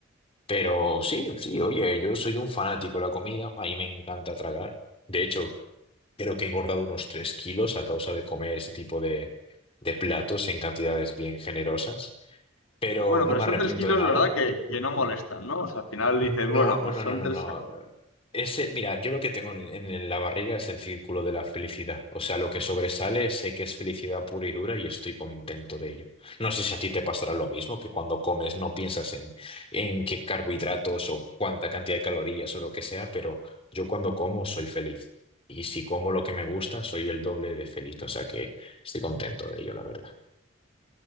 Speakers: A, on the left; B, on the left.
A: Pero sí, sí, oye, yo soy un fanático de la comida, a mí me encanta tragar. De hecho, creo que he engordado unos 3 kilos a causa de comer ese tipo de, de platos en cantidades bien generosas. Pero
B: Bueno,
A: no
B: pero
A: me
B: son
A: arrepiento
B: tres kilos,
A: de nada.
B: ¿verdad? Que, que no molestan, ¿no? O sea, al final
A: No,
B: dices, bueno,
A: no,
B: pues
A: no,
B: son
A: no, no,
B: tres.
A: no. Ese, mira, yo lo que tengo en, en la barriga es el círculo de la felicidad. O sea, lo que sobresale sé que es felicidad pura y dura y estoy contento de ello. No sé si a ti te pasará lo mismo, que cuando comes no piensas en, en qué carbohidratos o cuánta cantidad de calorías o lo que sea, pero yo cuando como soy feliz. Y si como lo que me gusta, soy el doble de feliz. O sea que estoy contento de ello, la verdad.